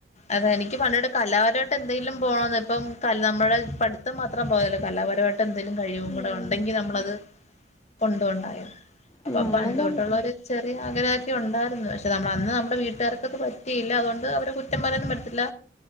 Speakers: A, on the left; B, on the left.
A: അതെ എനിക്ക് പണ്ടേ ഒട്ട് കലാപരമായിട്ട് എന്തേലും പോണന്ന്‌ ഞമ്മളെ പട്ത്തം മാത്രം പോരല്ലൊ, കലാപരമായിട്ട് എന്തെലും കഴിവും
B: ഉം
A: കൂടെ ഉണ്ടെങ്കി നമ്മളത് കൊണ്ടൊണ്ടായോ അപ്പൊ
B: ഉം അങ്ങനൊക്കെ
A: പണ്ടേട്ടുള്ള ഒരു ചെറിയ ആഗ്രഹൊക്കെ ഉണ്ടായിരുന്നു, പക്ഷെ നമ്മൾ അന്ന് നമ്മുടെ വീട്ടുകാർക്കത് പറ്റീ റ്റയില്ല അതോണ്ട് അവരെ കുറ്റം പറയാനും പറ്റില്ല